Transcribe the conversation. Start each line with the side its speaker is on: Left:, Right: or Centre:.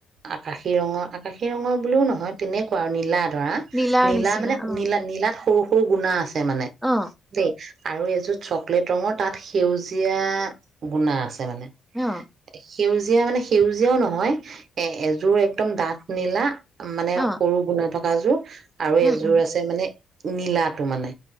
Right: আকাশী ৰঙৰ আকাশী ৰঙৰ বুলিও নহয়, তেনেকুৱা আৰু নীলা ধৰা,
Centre: নীলাৰ
Right: নীলা
Centre: নিচিনা
Right: মানে
Centre: অ
Right: নীলা নীলাত সৰু-সৰু গুণা আছে। মানে
Centre: অ
Right: দে আৰু এযোৰ চকলেট ৰঙৰ তাত সেউজীয়া গুনা আছে মানে
Centre: অ
Right: সেউজীয়া মানে সেউজীয়াও নহয়, এ', এযোৰ একদম দাথ নীলা মানে
Centre: অ
Right: সৰু গুণা থকা। কাজু আৰু
Centre: উম
Right: এযোৰ
Centre: উম
Right: আছে মানে নীলাাটো মানে।